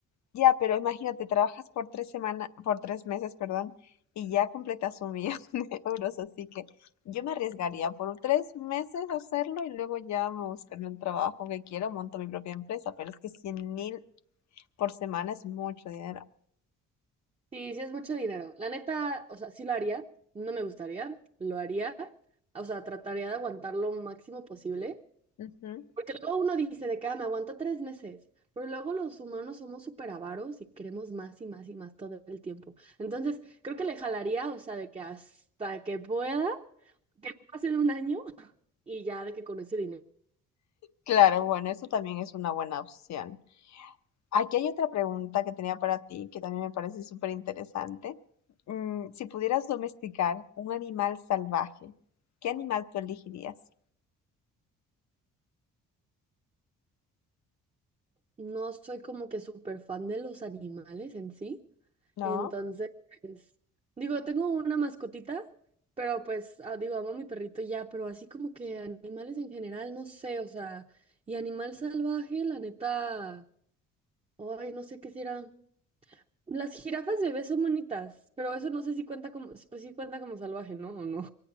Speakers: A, on the left; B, on the right.
A: Ya, pero imagínate, trabajas por tres semanas, por tres meses, perdón, y ya completas un millón <laughs> de euros, así que yo me arriesgaría por tres meses a hacerlo y luego ya me buscaré un trabajo que quiero, monto mi propia empresa, pero es que cien mil por semana es mucho dinero.
B: Sí, sí es mucho dinero. La neta, o sea, sí lo haría, no me gustaría, lo haría, o sea, trataría de aguantar lo máximo posible.
A: Ujú.
B: Porque luego uno dice de que "Ah, me aguanto tres meses, pero luego los humanos somos súper avaros y queremos más y más y más todo el tiempo. Entonces, creo que le jalaría, o sea, de que hasta que pueda que no pase de un año y ya de que con ese dinero.
A: Claro, bueno, eso también es una buena opción. Aquí hay otra pregunta que tenía para ti que también me parece súper interesante. Mm, si pudieras domesticar un animal salvaje, ¿qué animal tú elegirías?
B: No soy como que súper fan de los animales en sí.
A: ¿No?
B: Entonces, pues, digo, tengo una mascotita, pero pues, ah, digo, amo a mi perrito ya, pero así como que animales en general, no sé, o sea, y animal salvaje, la neta, ay, no sé qué será. Las jirafas bebés son bonitas, pero eso no sé si cuenta como, pues sí cuenta como salvaje, ¿no? ¿O no?